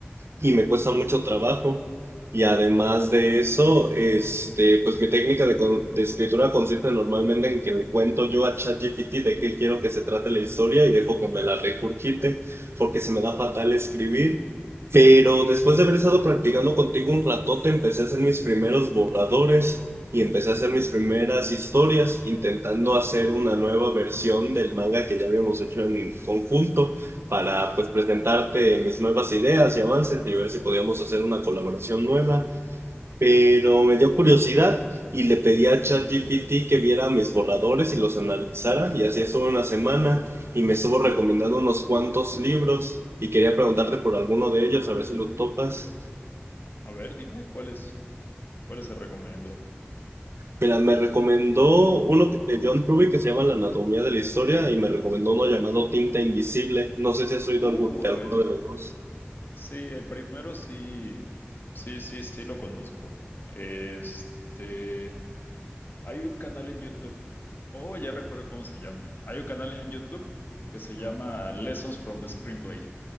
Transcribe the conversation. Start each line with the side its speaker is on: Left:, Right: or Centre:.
Right: y me cuesta mucho trabajo. Y además de eso, este, pues mi técnica de, con- de escritura consiste normalmente en que le cuento yo a ChatGPT de qué quiero que se trate la historia y dejo que me la recurquite, porque se me da fatal escribir. Pero después de haber estado practicando contigo un ratote, empecé a hacer mis primeros borradores y empecé a hacer mis primeras historias, intentando hacer una nueva versión del manga que ya habíamos hecho en conjunto para pues presentarte mis nuevas ideas y avances y ver si podíamos hacer una colaboración nueva, pero me dio curiosidad y le pedí a ChatGPT que viera mis borradores y los analizara y así estuve una semana y me estuvo recomendando unos cuantos libros y quería preguntarte por alguno de ellos a ver si los topas.
Left: A ver, dime, ¿cuáles, cuáles se recomiendo?
Right: Mira, me recomendó uno que- de John Truby que se llama La Anatomía de la Historia y me recomendó uno llamado Tinta Invisible. No sé si has oído
Left: Uh,
Right: algún- de
Left: a
Right: alguno
Left: ver.
Right: de los dos.
Left: Sí, el primero sí, sí, sí, sí lo conozco. Este. Hay un canal en YouTube. Oh, ya recuerdo cómo se llama. Hay un canal en YouTube que se llama Lessons from the Screenplay.